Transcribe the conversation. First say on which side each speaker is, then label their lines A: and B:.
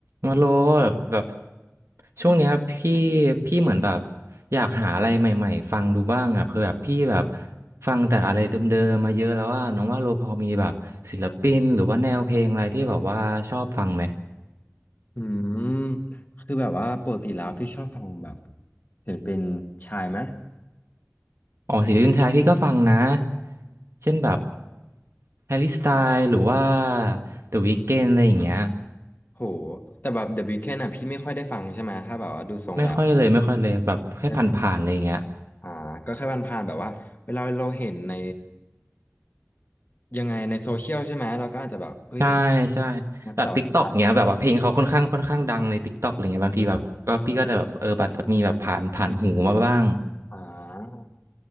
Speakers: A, on the right; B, on the left.
A: มาโลแบบแบบช่วงเนี้ยพี่พี่เหมือนแบบอยากหาอะไรใหม่ๆฟังดูบ้างอ่ะเพื่อแบบพี่แบบฟังแต่อะไรเดิมๆมาเยอะแล้วว่าน้องว่าโลพอมีแบบศิลปินหรือว่าแนวเพลงอะไรที่แบบว่าชอบฟังไหม
B: อืมคือแบบว่าปกติแล้วพี่ชอบฟังแบบศิลปินชายไหม
A: อ๋อศิลปินไทยพี่ก็ฟังนะเช่นแบบแฮร์รี่สไตล์หรือว่าเดอะวี k เ n d อะไรอย่างเงี้ย
B: โหแต่แบบ The Weeknd อ่ะพี่ไม่ค่อยได้ฟังใช่ไหมถ้าแบบว่าดูทรงแล้ว
A: ไม่ค่อยเลยไม่ค่อยเลยแบบแค่ผ่านๆอะไรอย่างเงี้ย
B: ไม่ได้ฟังอ่าก็แค่ผ่านๆแบบว่าเวลาเราเห็นในยังไงในโซเชียลใช่ไหมเราก็อาจจะแบบเฮ้ย
A: ใช่ใช่แบบติ๊กต็อกเนี้ยแบบว่าเพลงเขาค่อนข้างค่อนข้างดังในติ๊กต็อกอะไรเงี้ยบางทีแบบก็พี่ก็จะแบบเออแบบจะมีแบบผ่านผ่านหูมาบ้าง
B: แต่ว่าสุดท้ายอ่า